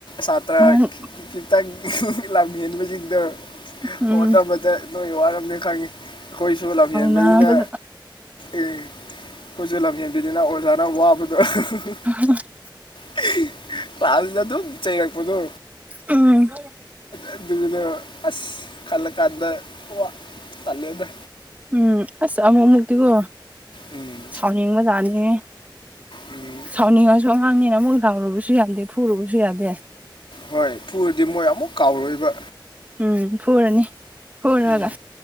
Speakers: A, on the left; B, on the right.
A: ꯁꯥꯇ꯭ꯔ
B: ꯅꯪ
A: ꯈꯤꯇꯪ ꯂꯝ ꯍꯦꯟꯕꯁꯤꯡꯗ‌ꯣ
B: ꯎꯝ
A: ꯍꯣꯠꯅꯕꯗ ꯅꯣꯏ ꯋꯥꯔꯝꯅꯤ ꯈꯪꯉ‌ꯦ ꯑꯩꯈꯣꯏꯁꯨ ꯂꯝ ꯍꯦꯟꯕꯅꯤꯅ
B: ꯂꯥꯎꯅꯕꯗ
A: ꯑꯦ ꯑꯩꯈꯣꯏꯁꯨꯦ ꯂꯝ ꯍꯦꯟꯕꯤꯅꯤꯅ ꯑꯣꯖꯥꯅ ꯋꯥꯕꯗꯣ <unintelligible>
B: ꯑ <unintelligible>
A: <unintelligible> ꯄꯥꯗ ꯑꯗꯨꯝ ꯆꯩꯔꯛꯄꯗꯣ꯫
B: ꯎꯝ
A: ꯑꯗꯨꯅ ꯑꯁ ꯈꯜꯂ ꯀꯥꯟꯗ ꯀ ꯈꯜꯂꯦꯗ꯫
B: ꯎꯝ ꯑꯁ ꯑꯃꯨꯛ ꯑꯃꯨꯛꯇꯤꯀꯣ
A: ꯎꯝ
B: ꯁꯥꯎꯅꯤꯡꯕꯖꯥꯅꯤ꯫
A: ꯎꯝ
B: ꯁꯥꯎꯅꯤꯡꯉꯁꯨ ꯑꯉꯥꯡꯅꯤꯅ ꯑꯃꯨꯛ ꯂꯥꯎꯔꯨꯕꯁꯨ ꯌꯥꯗꯦ ꯐꯨꯔꯨꯕꯁꯨ ꯌꯥꯗꯦ꯫
A: ꯍꯣꯏ ꯄꯨꯔꯗꯤ ꯃꯣꯏ ꯑꯃꯨꯛ ꯀꯥꯎꯔꯣꯏꯕ꯫
B: ꯎꯝ ꯐꯣꯔꯅꯤ ꯐꯣꯔꯒ
A: ꯎꯝ